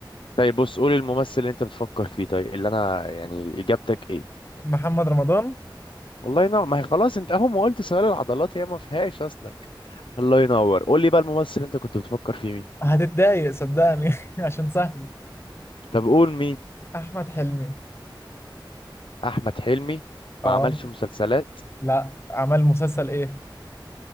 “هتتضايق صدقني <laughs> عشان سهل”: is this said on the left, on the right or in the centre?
Left